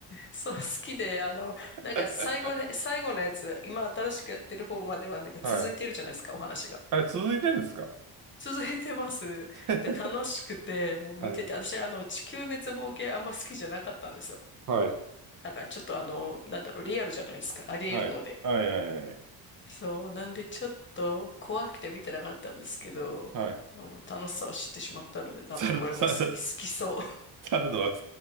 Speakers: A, on the left; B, on the right.
A: そう、好きで、あの、なんか最後ね、
B: <laughs>
A: 最後のやつ、今新しくやってる方まではなんか続いてるじゃないですか、
B: はい。
A: お話が。
B: あれ、続いてるんですか
A: 続いてます。
B: <laughs>
A: で、楽しくて、もう見てて、
B: はい。
A: 私、あの、地球滅亡系あんま好きじゃなかったんですよ。
B: はい。
A: なんかちょっとあの、なんだろう、リアルじゃないですか。ありえるので。
B: はい。はい。はい。はい。
A: そう、なんでちょっと怖くて見てなかったんですけど、
B: はい。
A: もう楽しさを知ってしまったので、多分これも好き、
B: 猿、猿、
A: 好きそう。
B: 猿の惑